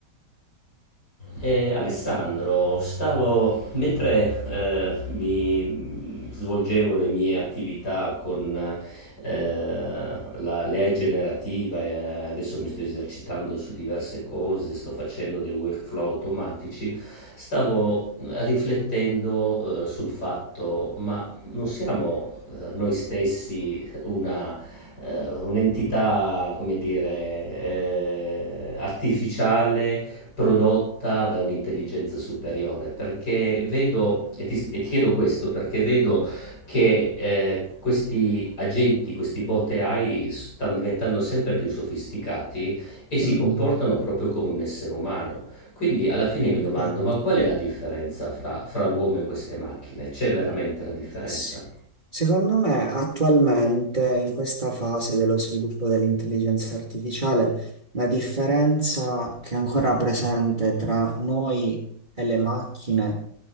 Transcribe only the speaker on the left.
Ehm, Alessandro, stavo mentre, ehm, mi svolgevo le mie attività con, ehm, la l'AI generativa e adesso mi sto esercitando su diverse cose, sto facendo dei workflow automatici, stavo riflettendo, ehm, sul fatto: ma non siamo, ehm, noi stessi una ehm, un'entità, come dire, ehm, artificiale prodotta da un'intelligenza superiore, perché vedo, e ti, e ti chiedo questo, perché vedo che eh, questi agenti, questi bot AI stanno diventando sempre più sofisticati e si
comportano
proprio come un essere umano. Quindi alla fine
mi
domando, ma qual è la differenza fra, fra l'uomo e queste macchine? C'è veramente la differenza?